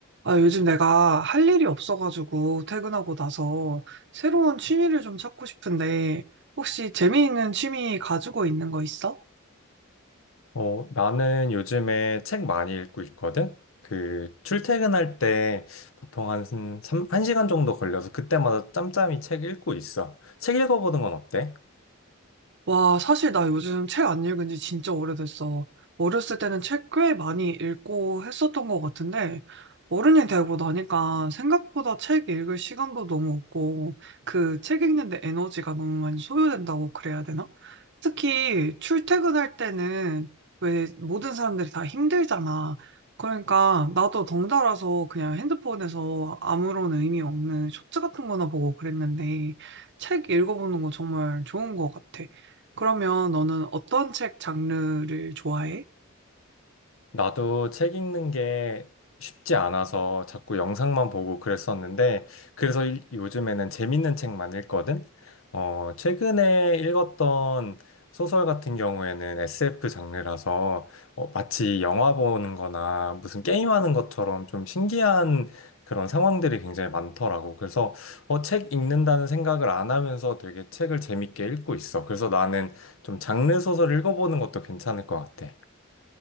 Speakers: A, on the right (about 55°); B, on the left (about 70°).
A: 아, 요즘 내가 할 일이 없어가지고 퇴근하고 나서 새로운 취미를 좀 찾고 싶은데 혹시 재미있는 취미 가지고 있는 거 있어?
B: 어, 나는 요즘에 책 많이 읽고 있거든? 그, 출퇴근할 때 보통 한, 삼- 한 시간 정도 걸려서 그때마다 짬짬이 책 읽고 있어. 책 읽어보는 건 어때?
A: 와, 사실 나 요즘 책 안 읽은 지 진짜 오래됐어. 어렸을 때는 책 꽤 많이 읽고 했었던 것 같은데, 어른이 되고 나니까 생각보다 책 읽을 시간도 너무 없고, 그 책 읽는데 에너지가 너무 많이 소요된다고 그래야 되나? 특히 출퇴근할 때는 왜 모든 사람들이 다 힘들잖아. 그러니까 나도 덩달아서 그냥 핸드폰에서 아무런 의미 없는 쇼츠 같은 거나 보고 그랬는데, 책 읽어보는 거 정말 좋은 것 같아. 그러면 너는 어떤 책 장르를 좋아해?
B: 나도 책 읽는 게 쉽지 않아서 자꾸 영상만 보고 그랬었는데, 그래서 일- 요즘에는 재밌는 책만 읽거든? 어, 최근에 읽었던 소설 같은 경우에는 SF 장르라서 어, 마치 영화 보는 거나 무슨 게임하는 것처럼 좀 신기한 그런 상황들이 굉장히 많더라고. 그래서 어, 책 읽는다는 생각을 안 하면서 되게 책을 재밌게 읽고 있어. 그래서 나는 좀 장르 소설 읽어보는 것도 괜찮을 것 같아.